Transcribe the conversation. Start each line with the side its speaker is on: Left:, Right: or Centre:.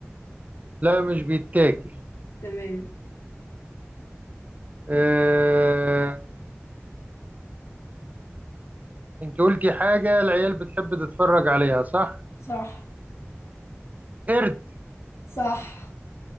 Right: لا مش بيتاكل
Left: تمام
Right: اه... انت قلتي حاجة العيال بتحب تتفرج عليها صح
Left: صح
Right: قرد
Left: صح